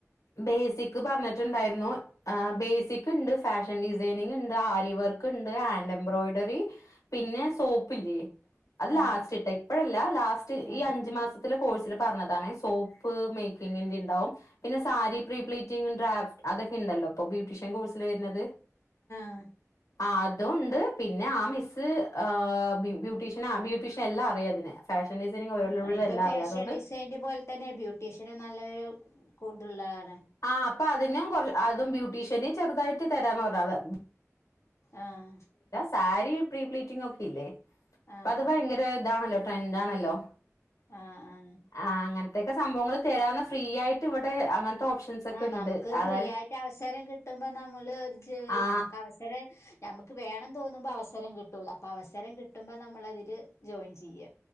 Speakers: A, on the left; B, on the left.
A: ബേസിക് പറഞ്ഞിട്ടിണ്ടായിരുന്നു ആ ബേസിക് ഇണ്ട് ഫാഷൻ ഡിസൈനിങ്ങിണ്ട് ആരി ഇവർക്കിണ്ട് ഹാൻഡെബ്രോയിഡറി പിന്നെ സോപ്പില്ലേ അത്
B: ആഹ്
A: ലാസ്റ്റ് ഇട്ടാ ഇപ്പഴല്ല ലാസ്റ്റ്
B: ആഹ്
A: ഈ അഞ്ചു മാസം കോഴ് പറഞ്ഞതണ സോപ്പ് മേക്കിങ്ങിന്റെ ഉണ്ടാവും പിന്നെ സാരി പ്രീപ്ലീറ്റി ഡ അതൊക്കെ ഉണ്ടല്ലോ ഇപ്പൊ ബ്യൂട്ടീഷ്യൻ കോഴ്സിൽ വരുന്നത്
B: ആ
A: ആ അതുംൊണ്ട് പിന്നെ ആ മിസ്സ് ആ ബ്യൂട്ടീഷ്യൻ ആ ബ്യൂട്ടീഷ്യൻ എല്ലാം അറിയാം അതിന് ഫാഷൻ ഡിസൈനിങ് ഒരുവിധം
B: ആ ഇപ്പൊ
A: എല്ലാം
B: ഫാഷൻ
A: അറിയാം. അതുകൊണ്ട്
B: ഡിസൈന് പോലെ തന്നെ ബ്യൂട്ടീഷ്യനും നല്ലൊരു കൂടുതുള്ളതളാണ്
A: ആ അപ്പൊ അതിനും കൊ അതും ബ്യൂട്ടീഷ്യന് ചെറുതായിട്ട് തരാൻ പറരാതെ
B: ആഹ
A: സാരി പ്രീ ഫ്ലീറ്റിങ് ഒക്കെ ഇല്ലേ അപ്പൊ
B: ആഹ്
A: അത് ഭയങ്കര ഇതാണല്ലോ ട്രെൻഡ ആണല്ലോ
B: ആഹ് ആഹ്
A: ആ അങ്ങനത്തെൊക്കെ സംഭവങ്ങൾ തരുന്ന ഫ്രീ ആയിട്ട് ഇവിടെ അങ്ങനത്തെ ഓപ്ഷൻസ് ഒക്കെ
B: ആ
A: ഉണ്ട്.
B: നമുക്ക്
A: അതായത്
B: ഫ്രീ ആയിട്ട് അവസരം കിട്ടുമ്പോ നമ്മള്
A: ആ
B: മ്മക്ക് അവസരം മ്മക്ക് ക്ക് വേണം തോന്നുമ്പോ അവസരം കിട്ടൂല. അപ്പൊ അവസരം കിട്ടുമ്പോ നമ്മള അതില് ജോയിൻ ചെയ്യാ.